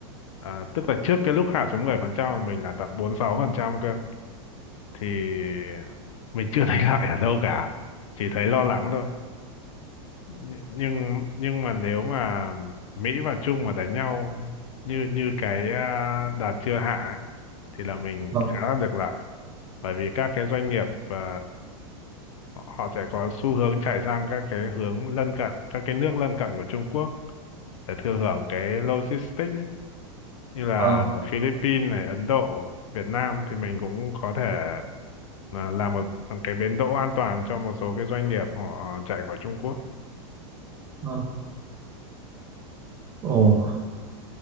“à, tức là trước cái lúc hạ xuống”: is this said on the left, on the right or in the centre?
Left